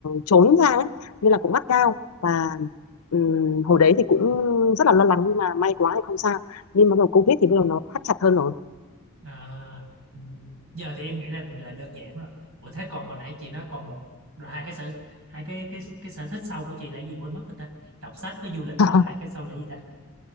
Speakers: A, on the left (about 80°); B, on the right (about 70°).
A: trốn ra ấy nên là cũng gắt gao và ừ, hồi đấy thì cũng rất là lo lắng nhưng mà may quá thì không sao nhưng mà bắt đầu Covid thì bắt đầu nó thắt chặt hơn rồi
B: À, ừ. ừ. giờ thì em nghĩ là là đơn giản rồi. Ủa thế còn hồi nãy chị nói còn một rồi hai cái sở hai cái cái cái sở thích sau của chị là gì quên mất rồi ta. Đọc sách với du lịch
A: <laughs>
B: và hai cái sau là gì ta?